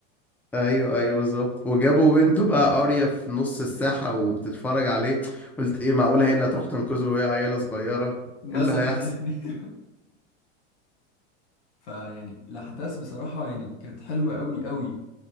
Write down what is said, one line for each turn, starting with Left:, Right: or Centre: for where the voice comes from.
Centre: ايوه ايوه بالظبط وجابوا بنته بقى قارية في نص الساحة وبتتفرج عليه قلت ايه معقولة هي اللي هتروح تنقذه وهي عيلة صغيرة
Left: مثلا
Centre: ايه اللي هيحصل
Left: يعني <laughs> فيعني الأحداث بصراحة يعني كانت حلوة أوي أوي